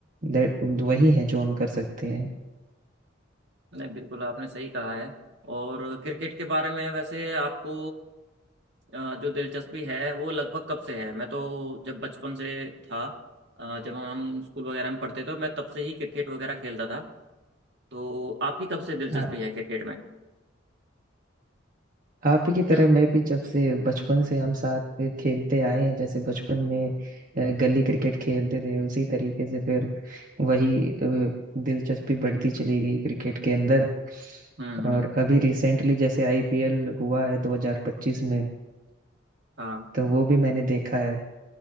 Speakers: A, on the right; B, on the right.
A: that- वही है जो हम कर सकते हैं
B: नहीं बिल्कुल आपने सही कहा है और क्रिकेट के बारे में वैसे आपको अ, जो दिलचस्पी है वो लगभग कब से है मैं तो जब बचपन से था अ, जब हम स्कूल वगैरह में पढ़ते थे तो मैं तब से ही क्रिकेट वगैरह खेलता था तो आपकी कब से दिलचस्पी
A: आ-
B: है क्रिकेट में
A: आप ही की तरह
B: <clears throat>
A: मैं भी जब से बचपन से हम साथ खेलते आए हैं जैसे बचपन में अ, गली क्रिकेट खेलते थे उसी तरीके से फिर वही अ, दिलचस्पी बढ़ती चली गई क्रिकेट के अंदर
B: हम्म
A: और
B: हम्म
A: अभी रिसेंटली जैसे आईपीएल हुआ है 2025 में
B: हाँ
A: तो वो भी मैंने देखा है